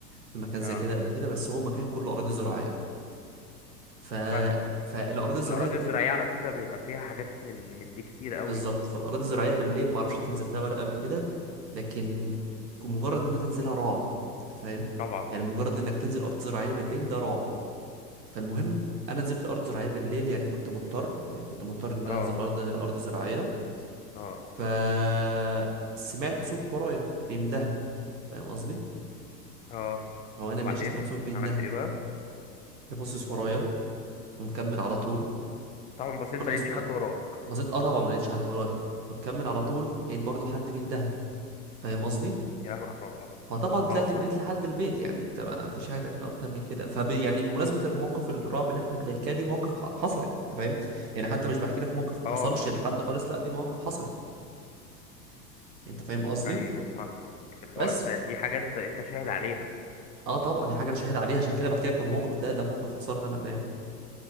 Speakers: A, on the right (about 80°); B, on the left (about 15°).
A: في مكان زي
B: اه
A: كده قبل كده بس هو مكان كله اراضي زراعيه ف
B: فاهمك
A: فالاراضي الزراعيه
B: الاراضي
A: دي
B: الزراعيه على فكره بيبقى فيها حاجات من من دي كتير قوي
A: بالظبط فالأراضي الزراعية بالليل معرفش انت نزلتها ولا قبل كده لكن مجرد انك تنزلها رعب انت فاهم
B: طبعا
A: يعني مجرد انك تنزل أرض زراعية بالليل ده رعب فالمهم أنا نزلت أرض زراعية بالليل يعني كنت مضطر يعني كنت مضطر إن أنا
B: اه
A: أنزل أرض أرض زراعية
B: اه
A: فسمعت صوت ورايا بيندهني فاهم قصدي
B: اه
A: هو أنا
B: وبعدين
A: ماشي سمعت صوت بيندهني
B: عملت ايه بقى
A: تبصص ورايا ومكمل على طول
B: طبعا بصيت
A: برضه
B: ما لقيتش
A: سمعت
B: حد وراك
A: بصيت اه طبعا ما لقيتش حد ورايا فمكمل على طول لقيت برضه حد بيندهني فاهم قصدي
B: يا لهوي على الرعب
A: فطبعا طلعت
B: اه فاهمك
A: جريت لحد البيت يعني انت ما فيش حاجه تعملها اكتر من كده فب يعني بمناسبه المواقف الرعب اللي احنا بنحكيها دي مواقف ح- حصلت انت فاهم يعني حتى مش بحكي لك موقف ما
B: اه
A: حصلش
B: اه
A: لحد خالص لا دي مواقف حصلت انت فاهم قصدي
B: ايوه فاهمك اللي
A: بس
B: هو انت دي حاجه انت انت شاهد عليها
A: اه طبعا دي حاجه انا شاهد عليها عشان كده بحكي لك الموقف ده ده موقف حصل لي انا فاهم